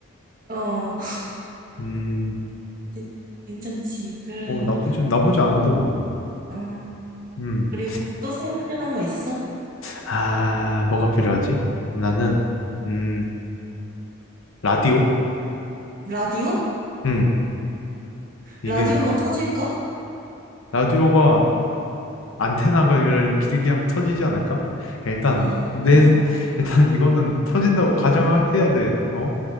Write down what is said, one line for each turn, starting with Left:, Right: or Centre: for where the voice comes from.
Right: 어,
Left: 음,
Right: <laughs> 괜찮지. 그래서,
Left: 어, 나쁘지 나쁘지 않은데 뭐.
Right: 음,
Left: 음,
Right: 그리고 또 생각나는 거 있어?
Left: 아, 뭐가 필요하지? 나는 음, 라디오?
Right: 라디오?
Left: 음, 이게
Right: 라디오가 터질까?
Left: 라디오가 안테나를 길게 하면 터지지 않을까? 일단
Right: 어,
Left: 내
Right: 어,
Left: 일단 이거는 터진다고 가정해야 돼. 어?